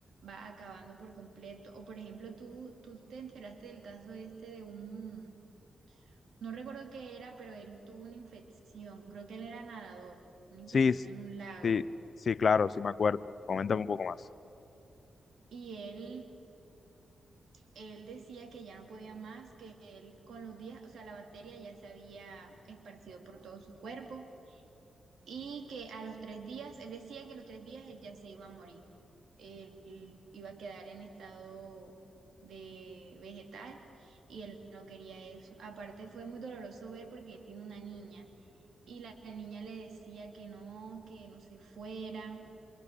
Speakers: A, on the right; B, on the left.
A: va acabando por completo. O por ejemplo, tú, tú te enteraste del caso este de un, no recuerdo qué era, pero él tuvo una infección, creo que él era nadador, una infección
B: Sí, s-
A: en un lago.
B: sí, sí, claro, sí me acuerdo. Coméntame un poco más.
A: Y él, él decía que ya no podía más, que él con los días, o sea, la bacteria ya se había esparcido por todo su cuerpo y que a los tres días, él decía que a los tres días él ya se iba a morir. Él iba a quedar en estado de vegetal y él no quería eso. Aparte fue muy doloroso ver porque él tiene una niña y la niña le decía que no, que no se fuera